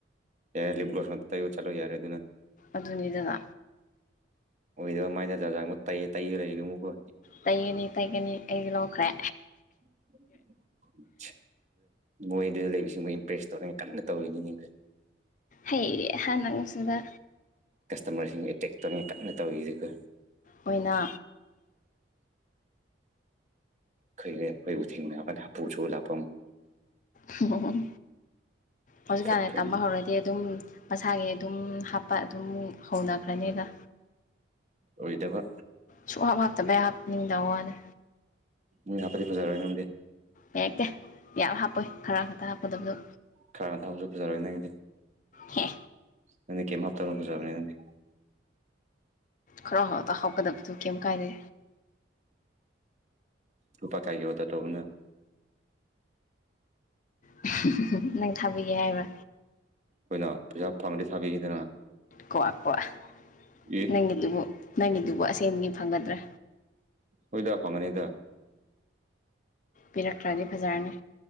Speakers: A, on the right; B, on the left.
A: ꯑꯦ ꯂꯤꯞꯒꯣꯁ ꯉꯥꯛꯇ ꯇꯧꯌꯣ ꯆꯠꯂꯣ ꯌꯥꯔꯦ ꯑꯗꯨꯅ
B: ꯑꯗꯨꯅꯤꯗꯅ
A: ꯑꯣꯏꯗ ꯃꯥꯏꯗ ꯖꯥꯠ ꯖꯥꯠ ꯑꯃꯨꯛ ꯇꯩ ꯇꯩꯂꯩꯅꯨꯃꯨꯀ
B: ꯇꯩꯒꯅꯤ ꯇꯩꯒꯅꯤ ꯑꯩꯗꯤ ꯂꯧꯈ꯭ꯔꯦ
A: <unintelligible> ꯃꯣꯏꯗ ꯂꯩꯕꯁꯤꯡꯕꯨ ꯏꯝꯄ꯭ꯔꯦꯁ ꯇꯧꯅꯤꯡꯉꯥꯏ ꯀꯟꯅ ꯇꯧꯔꯤꯅꯤꯅꯦ
B: ꯍꯩꯍꯥ ꯅꯪꯁꯨꯗ
A: ꯀꯁꯇꯃꯔꯁꯤꯡ ꯑꯦꯇꯦꯛ ꯇꯧꯅꯤꯉꯏ ꯀꯥꯟꯅ ꯇꯧꯔꯤꯗꯤꯀꯣ
B: ꯑꯣꯏꯅ
A: ꯑꯩꯈꯣꯏꯗꯤ ꯑꯩꯈꯣꯏꯕꯨ ꯊꯦꯡꯅꯕꯗ ꯍꯥꯄꯨ ꯆꯨꯂꯥꯛ
B: ꯍꯨꯝ ꯍꯧꯖꯤꯛꯀꯥꯟ
A: ꯐꯠꯇꯣꯏꯅꯤ
B: ꯇꯥꯝꯕ ꯍꯧꯔꯗꯤ ꯑꯗꯨꯝ ꯃꯁꯥꯒꯤ ꯑꯗꯨꯝ ꯍꯥꯞꯄ ꯑꯗꯨꯝ ꯍꯧꯅꯈ꯭ꯔꯅꯤꯗ
A: ꯑꯣꯏꯗꯕ
B: ꯁꯨꯝꯍꯥꯞ ꯍꯥꯞ ꯇꯕꯩ ꯍꯥꯞꯅꯤꯡꯗꯋꯥꯅꯤ
A: ꯃꯤ ꯍꯥꯄꯗꯤ ꯐꯖꯥꯔꯣꯏꯅꯪꯗꯤ
B: ꯌꯦꯀꯦ ꯌꯥꯝ ꯍꯥꯞꯄꯣꯏ ꯈꯔ ꯈꯛꯇꯪ ꯍꯥꯞꯀꯗꯕꯗꯣ
A: ꯈꯔ ꯊꯥꯕꯁꯨ ꯐꯖꯔꯣꯏ ꯅꯪꯗꯤ
B: ꯍꯦ
A: ꯅꯪꯗꯤ ꯀꯦꯝ ꯍꯥꯞꯇꯕꯅ ꯐꯥꯖꯕꯅꯤ ꯅꯪꯗꯤ
B: ꯈꯔ ꯈꯛꯇ ꯍꯥꯞꯀꯗꯕꯗꯥ ꯀꯦꯝ ꯀꯥꯏꯗꯦ
A: ꯂꯩꯄꯥ ꯀꯥꯏꯒꯤ ꯑꯣꯗꯔ ꯇꯧꯕꯅꯣ
B: <unintelligible> ꯅꯪ ꯊꯥꯕꯤꯒꯦ ꯍꯥꯏꯕ
A: ꯑꯩꯈꯣꯏꯅ ꯄꯩꯁꯥ ꯐꯪꯉꯗꯤ ꯊꯥꯕꯤꯒꯦꯗꯅ
B: ꯀꯣꯌ ꯀꯣꯌ
A: ꯑꯦ
B: ꯅꯪꯒꯤꯗꯨꯕꯨ ꯅꯪꯒꯤꯗꯨꯕꯨ ꯑꯁꯦꯡꯕꯒꯤ ꯐꯪꯒꯗ꯭ꯔꯥ
A: ꯍꯣꯏꯗ ꯐꯪꯒꯅꯤꯗ
B: ꯄꯤꯔꯛꯇ꯭ꯔꯗꯤ ꯐꯖꯥꯔꯅꯤ